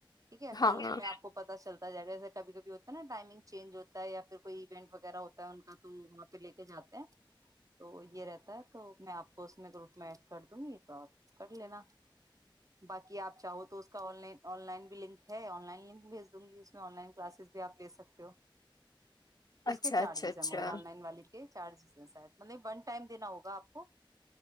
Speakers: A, on the right; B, on the left.
A: ٹھیک ہے
B: ہاں
A: پھر اس
B: ہاں
A: میں آپ کو پت چلتا جائے گا جیسے کبھی کبھی ہوتا ہے نا ٹائمنگ چینج ہوتا ہے یا پھر کوئی ایونٹ وغیرہ ہوتا ہے ان کا تو وہاں پہ لے کے جاتے ہیں تو یہ رہتا ہے تو میں آپ پس میں گ روپ میں کر دوں گی تو آپ کر لینا باقی آپ چاہو تو اس کا آن لائن آن لائن بھی لنک ہے آن لائن لک بھیج دوں گی اس آن لائن کلاسز بھی آپ لے سکتے ہو
B: اچھا
A: اسو کے چارجز
B: اچھا اچھا اچھا
A: ہیں مگر آن لائن والی چارجزاید مطلب ون ٹائم دینا ہوگا آپ کو